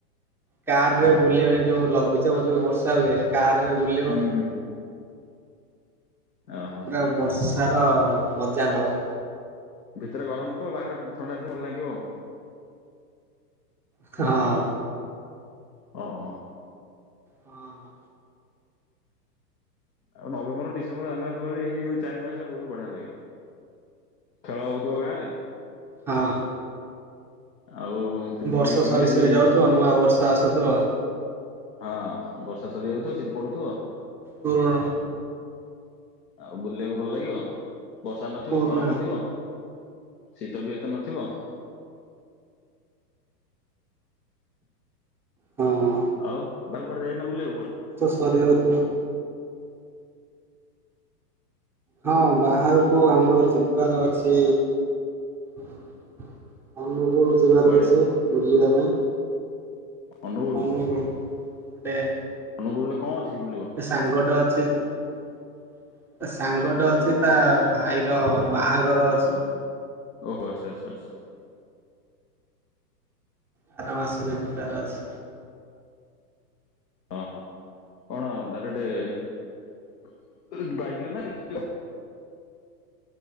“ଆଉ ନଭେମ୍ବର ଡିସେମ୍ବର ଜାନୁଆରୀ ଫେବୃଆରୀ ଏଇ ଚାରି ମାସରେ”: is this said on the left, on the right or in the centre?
Left